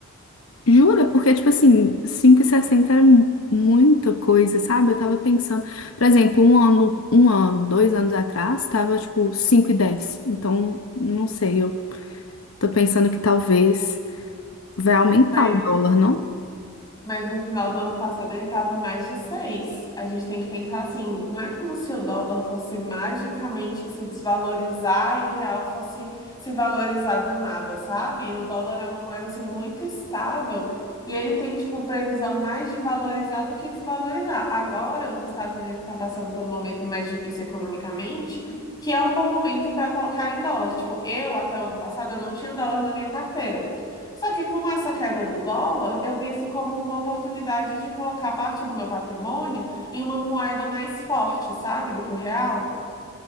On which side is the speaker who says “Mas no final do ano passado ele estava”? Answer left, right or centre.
Left